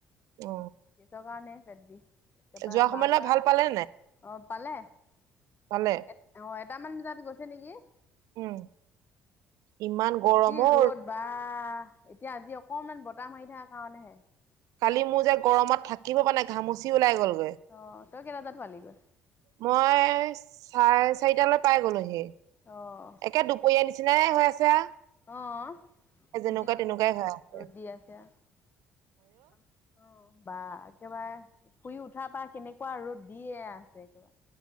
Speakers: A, on the right; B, on the left.
A: অ
B: গেছৰ কাৰণে পেট বিষ। একেবাৰে
A: যোৱা
B: বাৰটা,
A: সময়লৈ ভাল পালে নে নাই
B: অ পালে। এ
A: পালে
B: আহ এটামান বজাত গৈছে নেকি।
A: উম ইমান গৰম
B: যি
A: অ
B: ৰ'দ বা এতিয়া আজি অকনমান বতাহ মাৰি থকা কাৰণেহে।
A: কালি মোৰ যে গৰমত থাকিব পৰা নাই ঘামুচি ওলাই গ'ল।
B: অ তই কেইটাতাত পালিগৈ?
A: মই চাৰে চাৰিটালৈ পাই গলোহি,
B: অ
A: একে দুপৰীয়া আনিছি নিচিনে হৈ আছে
B: আহ
A: যেনেকুৱা
B: জিৰ ৰ'ত
A: তেনেকুৱাই হৈ আছে
B: দি আছে। অ। বা একেবাৰে শুই উঠাৰ পৰা কেনেকুৱা ৰ'দ দিয়ে আছে একেবাৰে।